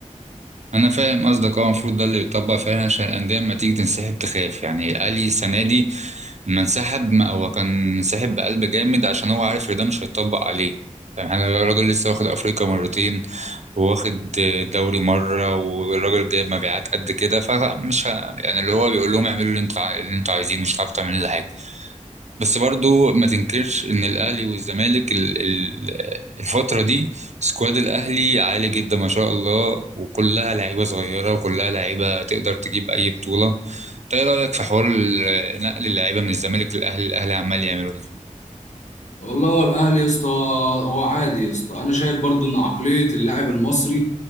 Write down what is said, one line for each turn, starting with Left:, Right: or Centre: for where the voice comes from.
Right: انا فاهم قصدك هو المفروض ده اللي يتطبق فعلا عشان الانديه لما تيجي تنسحب تخاف يعني الاهلي السنه دي لما انسحب ما هو كان انسحب بقلب جامد عشان هو عارف ان ده مش هيتطبق عليه فاهم حاجه الراجل لسه واخد افريقيا مرتين واخد دوري مرة والراجل جايب مبيعات قد كده فمش ه... يعني اللي هو بيقول لهم اعملوا اللي انتوا عاي- اللي انتوا عايزينه مش هتعرفوا تعملوا لي حاجة بس برضو ما تنكرش ان الاهلي والزمالك ال... ال... الفترة دي سكواد الاهلي عالي جدا ما شاء الله وكلها لعيبة صغيرة وكلها لعيبة تقدر تجيب اي بطولة إنت ايه رأيك في حوار ال- نقل اللعيبة من الزمالك للاهلي الاهلي عمال يعمله ده
Left: والله هو الاهلي يا اسطى هو عادي يا اسطى انا شايف برضو ان عقليه اللاعب المصري